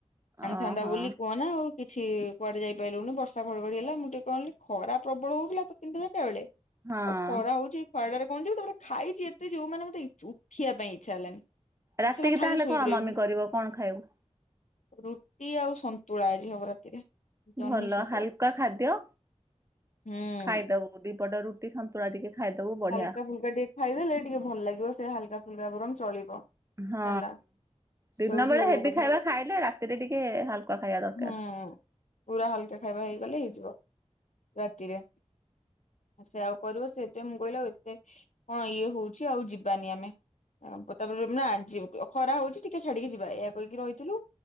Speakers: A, on the left (about 75°); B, on the right (about 25°).
A: ଆଣିଥାନ୍ତା
B: ଓହୋ
A: ବୋଲି କୁହ ନା ଆଉ କିଛି କୁଆଡେ ଯାଇପାରିଲୁନି ବର୍ଷା ଘଡଘଡି ହେଲା ମୁଁ ଟିକେ କହିଲି ଖରା ପ୍ରବଳ ହଉଥିଲା ତ ତିନିଟା ଚାରିଟା ବେଳେ।
B: ହଁ
A: ଆଉ ଖରା ହଉଛି ଏଇ ଖରାଟାରେ କଣ ଯିବୁ ତାପରେ ଖାଇଛି ଏତେ ଯୋଉ ମାନେ ମତେ ଉଠିବା ପାଇଁ ଇଚ୍ଛା ହେଲାନି।
B: ରାତିକି
A: ଏ ଶଳା ଖାଲି
B: ତାହେଲେ
A: ଶୋଇକି
B: କଣ
A: ରହିମି
B: ମମି କରିବ କଣ ଖାଇବୁ?
A: ରୁଟି ଆଉ ସନ୍ତୁଳା ଆଜି ହବ ରାତିରେ। ଜହ୍ନି
B: ଭଲ
A: ସନ୍ତୁଳା।
B: ହାଲକା ଖାଦ୍ୟ
A: ହୁଁ।
B: ଖାଇଦବ ଦିପଟ ରୁଟି ଟି ସନ୍ତୁଳା ଟିକେ ଖାଇଦବୁ। ବଢିଆ।
A: ହାଲକା ଫୁଲକା ଟିକେ ଖାଇଦେଲେ ଟିକେ ଭଲ ଲାଗିବ ସେ ହାଲକା ଫୁଲକା ବରଂ ଚଳିବ।
B: ହଁ
A: ହେଲା।
B: ଦିନ
A: ସେଇଠୁ
B: ବେଳେ ହେବି
A: ଭା
B: ଖାଇବା ଖାଇଲେ ରାତିରେ ଟିକେ ହାଲକା ଖାଇବା ଦରକାର।
A: ହୁଁ ପୁରା ହାଲକା ଖାଇବା ହେଇଗଲେ ହେଇଯିବ ରାତିରେ। ସେ ଆଉ କରିବ ସେଥିପାଇଁ ମୁଁ କହିଲି ଏତେ କଣ ଇଏ ହଉଛି ଆଉ ଯିବାନି ଆମେ। ତାପରେ ନା ଖରା ହଉଛି ଟିକେ ଛାଡିକି ଯିବା ଏୟା କହିକି ରହିଥିଲୁ।